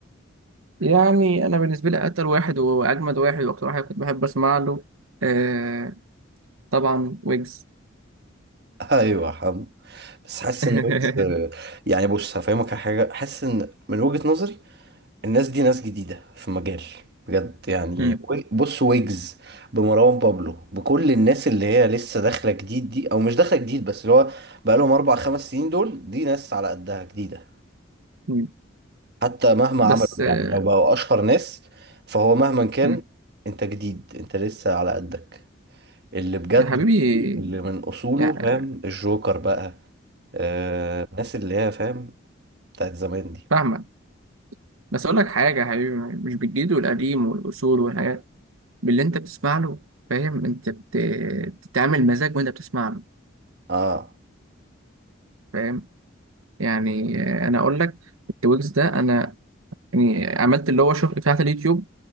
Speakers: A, on the right; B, on the right.
A: يعني انا بالنسبه لي اتقل واحد واجمد واحد واكتر واحد كنت بحب اسمع له أه طبعا ويجز
B: <laughs> ايوه يا حمو بس حاسس
A: <laughs>
B: ان ويجز يعني بص هفهمك على حاجه حاسس ان من وجهه نظري الناس دي ناس جديدة في مجال بجد يعني
A: مم،
B: وي- بص ويجز بمروان بابلو بكل الناس اللي هي لسه داخلة جديد دي أو مش داخلة جديد بس اللي هو بقالهم أربع خمس سنين دول دي ناس على قدها جديدة
A: مم.
B: حتى مهما
A: بس
B: عملوا
A: أه،
B: يعني لو بقوا أشهر ناس فهو مهما كان
A: مم.
B: أنت جديد أنت لسه على قدك اللي بجد
A: يا حبيبي
B: اللي من أصوله
A: يعني
B: فاهم الجوكر بقى آه الناس اللي هي فاهم بتاعت زمان دي
A: فاهمك بس اقول لك حاجه يا حبيبي مش بالجديد والقديم والاصول والحاجات باللي انت بتسمع له فاهم انت بت... بتتعامل مزاج وانت بتسمع له
B: اه
A: فاهم يعني آه، انا اقول لك التويجز ده انا يعني عملت اللي هو شغل بتاعت اليوتيوب